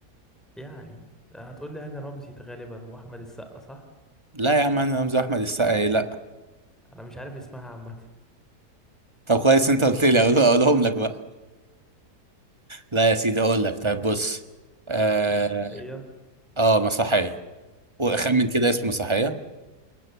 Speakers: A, in the centre; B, on the right.
A: يعني هتقول لي هاني رمزي ده غالبا واحمد السقا صح
B: لا يا عم انا رمزي احمد السقا إيه؟ لا
A: انا مش عارف اسمها عامه
B: طب كويس انت قلت لي اقول- اقولهم لك بقى لا يا سيدي اقول لك طيب بص اه,
A: <laughs> مسرحيه
B: آه مسرحية واخمن
A: تمام
B: كده اسم مسرحية